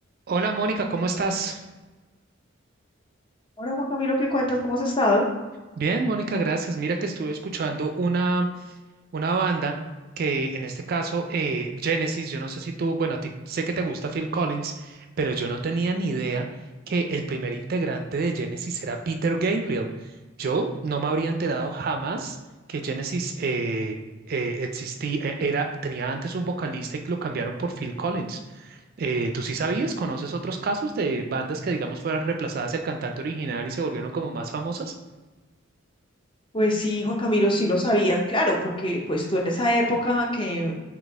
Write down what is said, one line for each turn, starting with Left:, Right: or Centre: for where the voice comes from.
Right: Hola Mónica, ¿cómo estás?
Left: Ahora, Juan Camilo, ¿qué cuentas? ¿Cómo has estado?
Right: Bien, Mónica, gracias. Mira que estuve escuchando una, una banda que en este caso, eh, Genesis, yo no sé si tú, bueno, a ti sé que te gusta Phil Collins, pero yo no tenía ni idea que el primer integrante de Genesis era Peter Gabriel. Yo no me habría enterado jamás que Genesis eh, eh, existía, eh, era, tenía antes un vocalista y lo cambiaron por Phil Collins. Eh, ¿tú sí sabías? ¿Conoces otros casos de bandas que, digamos, fueran reemplazadas del cantante original y se volvieron como más famosas?
Left: Pues sí, Juan Camilo, sí lo sabía, claro, porque pues tú en esa época que,